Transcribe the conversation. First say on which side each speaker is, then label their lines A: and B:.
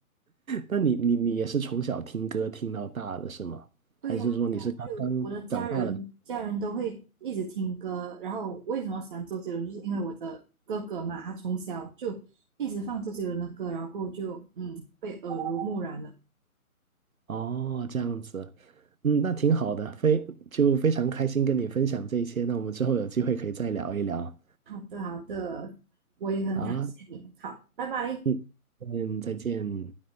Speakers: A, on the right (about 65°); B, on the right (about 35°).
A: 那你你你也是从小听歌听到大的是吗？
B: 对呀，
A: 还是说你是刚刚长大了？
B: 对呀，就我的家人，家人都会一直听歌。然后为什么喜欢周杰伦，就是因为我的哥哥嘛，他从小就一直放周杰伦的歌，然后过后就嗯被耳濡目染了。
A: 哦，这样子，嗯，那挺好的，非就非常开心跟你分享这一些。那我们之后有机会可以再聊一聊。
B: 好的，好的，我也很感谢你。
A: 好啊，
B: 好，拜拜。
A: 嗯，嗯，再见。